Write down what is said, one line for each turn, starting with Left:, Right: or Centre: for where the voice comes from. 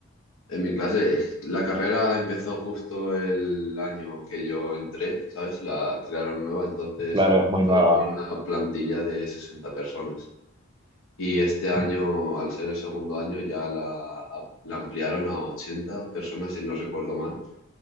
Left: en mi clase es- la carrera empezó justo el año que yo entré, ¿sabes? La crearon nueva, entonces
Right: Claro,
Left: empezó
Right: es muy nueva.
Left: con una plantilla de 60 personas. Y este año,
Right: Mm,
Left: al ser el segundo año, ya la, la ampliaron a 80 personas, si no recuerdo mal.